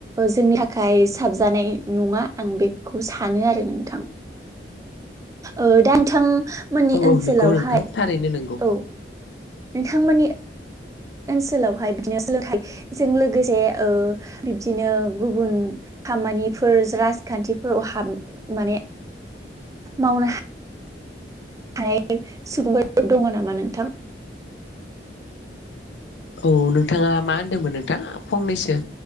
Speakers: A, on the right; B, on the left.
A: जोंनि थाखाय साबज जानाय नङा आं बेखौ सानो आरो नोंथां। ओ दा नोंथांमोननि
B: औ औ
A: ओनसोलावहाय
B: नंगौ नोंथां थारैनो नंगौ
A: औ थांमोननि ओनसोलावहाय बिदिनो सोलोंथाइजों लोगोसे ओ बिब्दिनो गुबुन खामानिफोर राजखान्थिफोराव हाब माने मावनो हायो सुबुंफोर दंङ नामा नोंथां?
B: औ नोंथाङा मा होनदोंमोन नोंथां फंनैसो